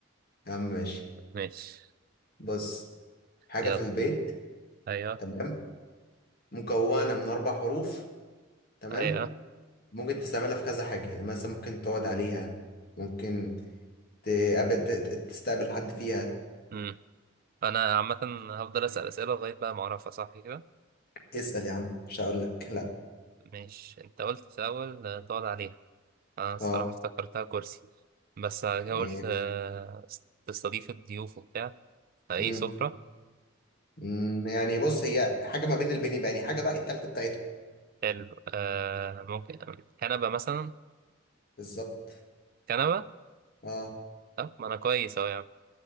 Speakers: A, on the left (about 50°); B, on the right (about 45°).
A: يا عم ماشي
B: ماشي
A: بص حاجه
B: يلا
A: في البيت
B: ايوه
A: تمام مكونة من أربع حروف تمام
B: ايوه
A: ممكن تستعملها في كذا حاجة يعني مثلا ممكن تقعد عليها ممكن تقابل ت- ت- تستقبل حد فيها
B: امم انا عامة هفضل اسأل اسئلة لغاية بقى ما اعرفها صح كده
A: اسأل يا عم مش هقول لك لا
B: ماشي انت قلت في الاول آه، تقعد عليها انا الصراحة
A: اه
B: افتكرتها كرسي بس أنا قلت
A: إيه.
B: آه، تستضيف الضيوف وبتاع فايه
A: مم.
B: سفرة
A: مم. يعني بص هي حاجة ما بين البنين بقى يعني حاجة بقى التالتة بتاعتهم
B: حلو آه ممكن كنبة مثلا
A: بالظبط
B: كنبة
A: اه
B: طب ما أنا كويس أهو يا